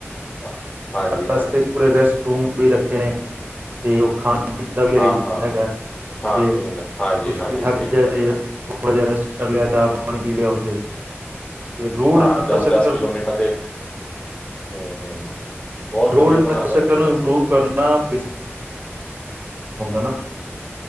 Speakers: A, on the left; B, on the right.
A: ਅਹ, ਹਾਂਜੀ
B: ਰਸਤੇ
A: ਹਾਂਜੀ
B: ਚ ਪੂਰੇ
A: ਹਾਂਜੀ
B: ਰੈਸਟ ਰੂਮ ਵੀ ਰੱਖੇ ਨੇ ਤੇ ਉਹ ਖਾਣ <unintelligible> ਦਾ ਅਰੇਜਮਟਗਾ
A: ਹਾਂ ਹਾਂ ਖਾਣ
B: ਤੇ
A: ਪੀਣ
B: ਤੁਸੀਂਥ
A: ਦਾ ਹਾਂਜੀ ਹਾਂਜੀ ਸਹੀ
B: ਜਾ
A: ਕਹਿ
B: <unintelligible>
A: ਰਹੇ ਹੋ
B: ਥੋੜਾ ਜਿਹਾ ਰੈਸਟ ਲਿਆ ਚ ਪਾਣੀ ਪੀ ਲਿਆ ਉੱਥੇ। ਤੇ ਰੋਡ
A: ਹਾਂ
B: ਇਨਫਰਾਸਟ੍ਰਕਚਰ
A: ਦਸ-ਦਸ ਕਿਲੋਮੀਟਰ ਤੇ ਹੂੰ-ਹੂੰ, ਬਹੁਤ
B: ਰੋਡ
A: ਵਧੀਆ
B: ਇਨਫਰਾਸਟ੍ਰਕਚਰ
A: ਬਣਾ ਤਾ ਇਸਨੇ
B: ਨੂੰ
A: ਵੈਸੇ
B: ਇੰਪਰੂਵ
A: ਤਾਂ,
B: ਕਰਨਾ ਹੁੰਦਾ ਨਾ,